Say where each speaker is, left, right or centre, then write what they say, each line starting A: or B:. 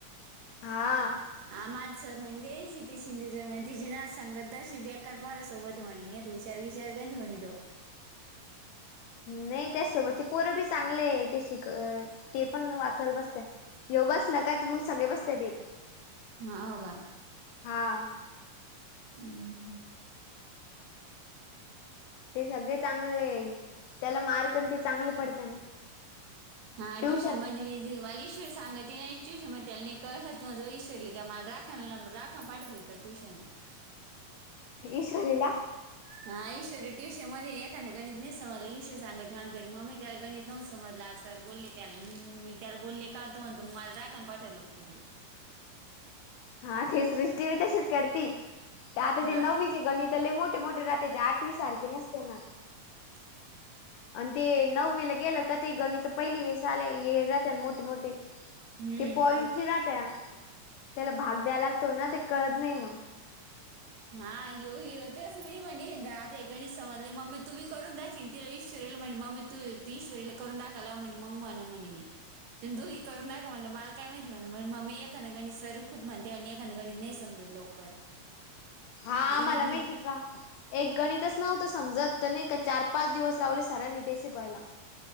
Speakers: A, on the left; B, on the right.
A: हा.
B: हा माजसर म्हणजे श ते शिंदे सर म्हण तची नाच सांगत दर्श बेकार पोरा सोबत <unintelligible> मणी नाही हूषार विशार गंज हे म्हणी तो. <unintelligible>
A: नाही त्याच सोबतचे पोरं बी चांगले ते शिक ते पण वाचायला बसत्या. यो बसला का मग सगळे बसते ते.
B: ह हो का.
A: हां.
B: हम.
A: ते सगळे चांगले त्याला मार्कण ते चांगले पडत ना.
B: हा
A: ट्युशन
B: ट्यूशन मध्ये वालीस. ईश्वर सांगत त नाही ट्यूशन म त्याला कसत नतं ईश्वर लि त्या मला राखणला राखण पाठलं होत ट्यूशनला. <unintelligible>
A: ईश्वरिला.
B: हा ईश्वरर ट्युशन मध्ये एखादा गणित नाही समजलं ईश्र सांगत मला घरी मम्मी त्याला गणितं नवोत समजलं अस. सर बोलले त्याला मी मी त्याला बोलले का होतो म्हणतो मगला रागाण पाठवलंोतं तिला.
A: हा ते सृष्टी बी तशीच करते तर आता ते
B: हा
A: नववीचे गणितले मोठे मोठे राहत्या. ते आठवी सारखे नसते ना.
B: ह. <inaudible>
A: आणि ते नऊ वि ला गेलं का ते गणित तर पहिली वेळेस आले राहत आणि मोठे मोठ
B: हम्म
A: ते पॉइंटची राहत्या त्याला भाग द्याय लागतो ना ते कळत नाही मग
B: हा येो तेस म मनी ते गणे स <unintelligible> म्ह मम्मी तू बी करून दाखेन तिला ईश्वरयल म्हणे मम्मी तू ती ईश्वरीला करून दाखयला म्हणे मग म्हणे म्हणे मी ते दोघी करून दाख म्हणलं मला काय माहिती म्हण म मी एखाद गणित सरू खूद म्हणते आणि एखां गणीत नाही समजतते लवकर
A: हा आम्हाला
B: गणितले
A: माहिती का एक गणितच नव्हतं समजत तर नाही का चार पाच दिवस लावले सरांनी ते शिकवायला